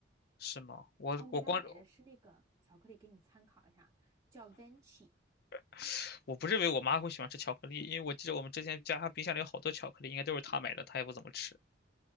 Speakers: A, on the left (about 55°); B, on the right (about 15°).
A: 是吗？我我光
B: 哦，我给他买的是那个巧克力，给你参考一下，叫 Venti。
A: <sighs> 我不认为我妈会喜欢吃巧克力，因为我记得我们之前家冰箱里有好多巧克力，应该都是她买的，她也不怎么吃，